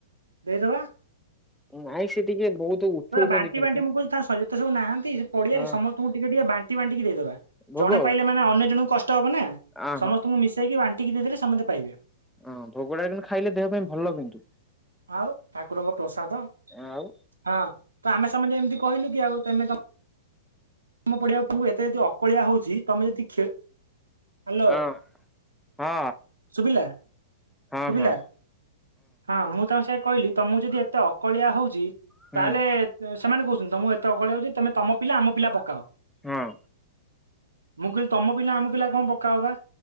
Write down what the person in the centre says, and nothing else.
ନାଇଁ ସେ ଟିକେ ବହୁତ ଉଛୁଳୁଛନ୍ତି
କିନ୍ତୁ
ହଁ
ଭୋଗ
ଆ
ଅଁ ଭୋଗଟା କିନ୍ତୁ ଖାଇଲେ ଦେହ ପାଇଁ ଭଲ କିନ୍ତୁ।
ଆଉ
ହଁ ହଁ
ହଁ
ହଁ
ହୁଁ
ହଁ